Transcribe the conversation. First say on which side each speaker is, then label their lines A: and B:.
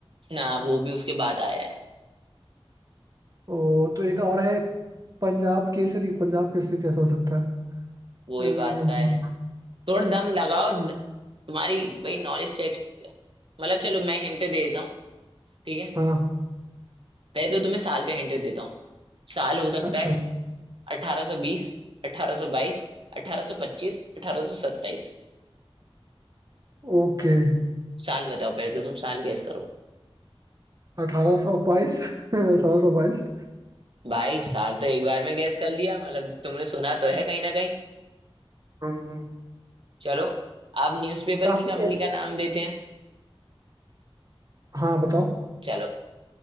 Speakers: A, on the right; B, on the right.
A: ना वो भी उसके बाद आया है
B: ओ, तो एक और है पंजाब केसरी पंजाब केसरी कैसा हो सकता है
A: वो
B: अम्म,
A: भी बात का है थोड़ा दम लगाओ द- तुम्हारी भाई नॉलेज टेक्स्ट मतलब चलो मैं हिंट दे देता हूँ ठीक है
B: हाँ
A: पहले तो तुम्हें साल का हिंट देता हूँ साल हो सकता
B: अच्छा
A: है 1820 1822 1825 1827
B: ओके
A: साल बताओ पहले तो तुम साल गैस करो
B: अठारह सौ बाईस अठारह सौ बाईस
A: भाई साल तो एक बार में गैस कर लिया मतलब तुमने सुना तो है कहीं ना कहीं
B: हम्म,
A: चलो आप न्यूज़पेपर
B: काफी
A: की कंपनी का नाम देते हैं
B: हाँ बताओ
A: चलो